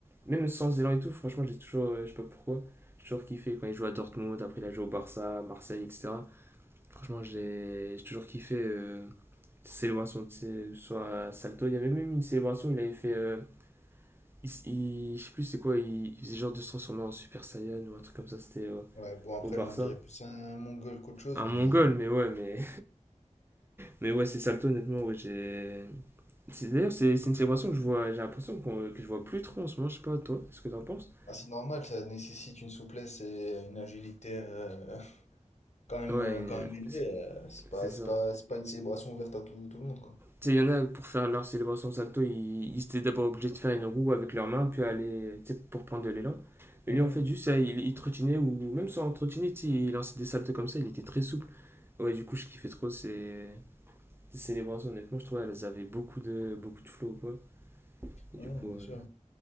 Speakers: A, on the right; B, on the left.
A: Même sans élan et tout, franchement, j'ai toujours. euh, je sais pas pourquoi. J'ai toujours kiffé quand il jouait à Dortmund, après il a joué au Barça, à Marseille, etc. Franchement, j'ai j'ai toujours kiffé euh, ses célébrations, tu sais, soit à salto. Il y avait même une célébration, il avait fait. euh, il, il- je sais plus c'est quoi, il, il faisait genre de se transformer en Super Saiyan ou un truc comme ça, c'était euh,
B: Ouais, bon, après,
A: au Barça.
B: là, on dirait plus un mongol qu'autre chose,
A: Un
B: mais
A: mongol, mais ouais, mais Mais ouais, c'est Salto, honnêtement, ouais, j'ai. C'est- D'ailleurs, c'est c'est une célébration que je vois, j'ai l'impression qu'on- que je vois plus trop en ce moment, je sais pas, toi, est ce que t'en penses
B: ah, c'est normal, ça nécessite une souplesse et une agilité euh, <laughs> quand même,
A: Ouais,
B: euh,
A: euh,
B: quand même élevée.
A: c'est
B: euh, c'est pas,
A: c'est ça.
B: c'est pas, c'est pas une célébration ouverte à tout, tout le monde, quoi.
A: Tu sais, il y en a pour faire leur célébration Salto, ils, ils étaient d'abord obligés de faire une roue avec leurs mains, puis aller, tu sais, pour prendre de l'élan. Et
B: Non,
A: lui, en fait, juste, ça, il, il trottinait, ou même sans trottiner, tu sais, il lançait des saltos comme ça, il était très souple. Ouais, du coup, je kiffais trop ces, ces célébrations, honnêtement, je trouvais qu'elles avaient beaucoup de, beaucoup de flow, quoi. Et
B: non,
A: du coup,
B: non, bien
A: euh,
B: sûr.